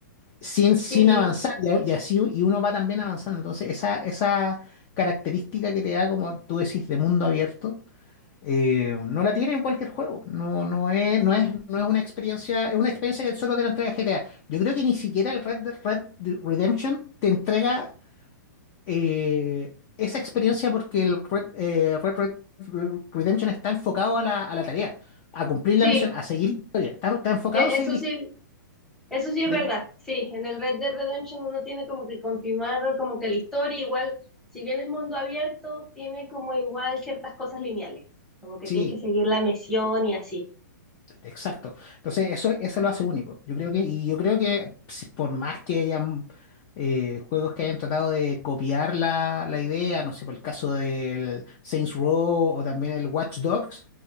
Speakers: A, on the left (about 25°); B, in the centre.
A: sin, sin
B: sí,
A: avanzar, y, a- y así y uno va también avanzando. Entonces, esa, esa característica que te da, como tú decís, de mundo abierto, eh, no la tiene en cualquier juego. No, no es, no es, no es una experiencia, es una experiencia que solo te la entrega GTA. Yo creo que ni siquiera el Red Dead Red Dead Redemption te entrega eh, esa experiencia porque el Red, eh, Red Red Red Redemption está enfocado a la, a la tarea, a cumplir
B: sí,
A: la misión, a seguir la historia. Está, está enfocado
B: e-
A: a seguir
B: eso sí, eso sí es
A: la
B: verdad. Sí, en el Red Dead Redemption uno tiene como que continuar como que la historia, igual, si bien es mundo abierto, tiene como igual ciertas cosas lineales, como que
A: historia.
B: tienes que seguir la misión y así.
A: Exacto. Entonces, eso, eso lo hace único. Yo creo que, y yo creo que si- por más que hayan eh, juegos que hayan tratado de copiar la, la idea, no sé, por el caso del Saints Row o también el Watch Dogs,